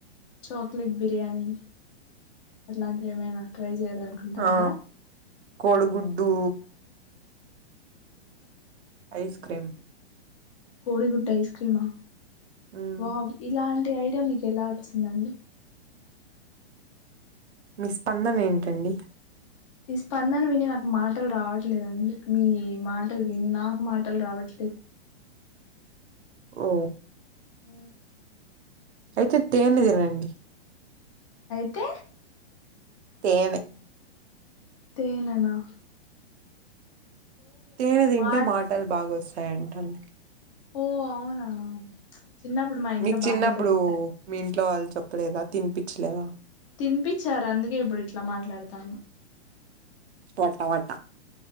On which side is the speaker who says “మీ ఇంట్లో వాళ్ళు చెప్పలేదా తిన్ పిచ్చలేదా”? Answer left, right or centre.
Right